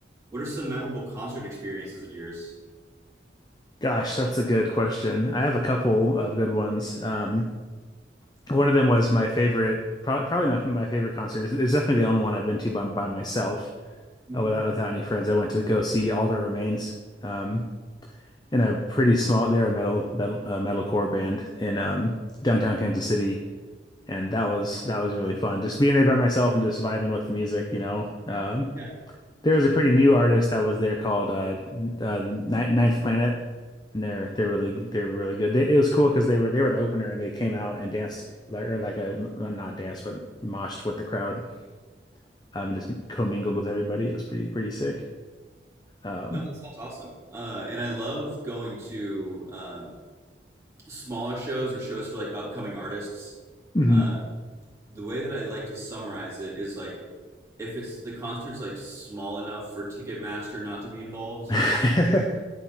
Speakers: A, on the right; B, on the left.
A: what are some memorable concert experiences of yours?
B: Gosh, that's a good question. I have a couple of good ones. Um, one of them was my favorite, probably, probably my, my favorite concert. It's, it's definitely the only one I've been to by, by myself,
A: hmm
B: uh, without without any friends. I went to go see All That Remains. Um, in a pretty small. They're a metal metal uh, metalcore band in um, downtown Kansas City, and that was that was really fun. Just being there by myself and just vibing with the music, you know. Um,
A: Yeah,
B: there was a pretty new artist that was there called uh, uh, Ninth Planet, and they're they're really they're really good. They, it was cool because they were they were the opener and they came out and danced like or like a well, not danced but moshed with the crowd um, and just commingled with everybody. It was pretty pretty sick. Um,
A: no, that sounds awesome. Uh, and I love going to uh, smaller shows or shows for like upcoming artists.
B: mhm.
A: Uh, the way that I like to summarize it is like if it's the concert's like small enough for Ticketmaster not to be involved,
B: <laughs>